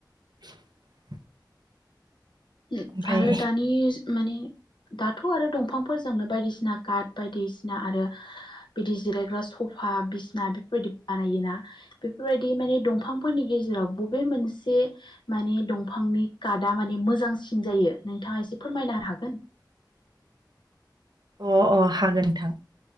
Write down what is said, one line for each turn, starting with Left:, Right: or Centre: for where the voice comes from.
Right: <inaudible>
Left: ओ
Right: ओमफाय
Left: आरो दानि। माने दाथ' आरो दंफांफोरजोंनो बायदिसिना काट बायदिसिना आरो बिदि जिरायग्रा सफा बिसना बेफोरबायदि बानायोना बेफोरबायदि माने दंफांफोरनि गेजेराव बबे मोनसे माने दंफांनि काटआ माने मोजां। सिन जायो नोंथाङा एसे फोरमायनो हागोन।
Right: अ अ हागोन नोंथां